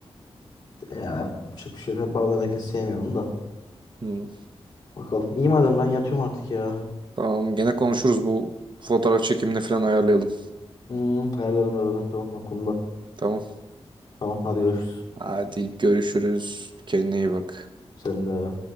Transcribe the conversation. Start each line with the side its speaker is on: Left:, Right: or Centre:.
Left: E, yapacak bir şey yok. Bazen herkes sevmiyorum da.
Right: Hmm.
Left: Bakalım. İyi madem ben yatıyorum artık ya.
Right: Tamam gene konuşuruz bu fotoğraf çekimini falan ayarlayalım.
Left: Hmm, hayallerim hayallerim tamam aklımda.
Right: Tamam.
Left: Tamam hadi görüşürüz.
Right: Hadi görüşürüz. Kendine iyi bak.
Left: Sen de.